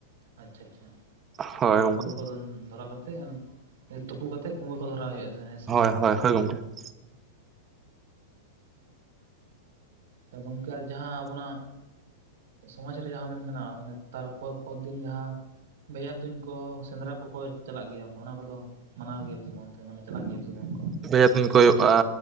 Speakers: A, on the right (about 70°); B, on the right (about 20°).
A: ᱟᱪᱪᱷᱟ ᱪᱪᱪᱷᱟ
B: ᱦᱳᱭ
A: ᱢᱟᱱᱮ
B: ᱜᱚᱢᱠᱮ
A: ᱠᱩᱢᱵᱟᱹ ᱠᱚ ᱫᱷᱚᱨᱟᱣ ᱠᱟᱛᱮᱫ ᱟᱨ ᱛᱩᱯᱩ ᱠᱟᱛᱮᱫ ᱠᱩᱸᱵᱟᱹ ᱠᱚ ᱫᱷᱚᱨᱟᱣ ᱦᱩᱭᱩᱜᱼᱟ, ᱦᱮᱸ ᱥᱮ?
B: ᱦᱳᱭ ᱦᱳᱭ ᱜᱚᱝᱠᱮ ᱾
A: ᱜᱚᱝᱠᱮ ᱟᱨ ᱡᱟᱦᱟᱸ ᱟᱵᱚᱱᱟᱜ ᱥᱚᱢᱟᱡᱽ ᱨᱮᱭᱟᱜ ᱦᱚᱸ ᱵᱚᱱ ᱢᱟᱱᱟᱣᱟ ᱢᱟᱱᱮ ᱛᱟᱨᱯᱚᱨ ᱫᱤᱱ ᱡᱟᱦᱟᱸ ᱵᱷᱮᱡᱟ ᱛᱩᱧ ᱠᱚ ᱥᱮᱸᱫᱽᱨᱟ ᱠᱚᱠᱚ ᱪᱟᱞᱟᱜ ᱜᱮᱭᱟ, ᱚᱱᱟ ᱠᱚᱫᱚ ᱢᱟᱱᱟᱣ ᱜᱮᱭᱟᱯᱮ ᱥᱮ ᱵᱟᱝ ᱚᱱᱛᱮ ᱢᱟᱱᱮ ᱪᱟᱞᱟᱜ ᱜᱮᱭᱟ ᱯᱮ ᱥᱮ ᱵᱟᱝ?
B: ᱵᱷᱮᱡᱟ ᱛᱩᱧ ᱠᱚ ᱦᱩᱭᱩᱜᱼᱟ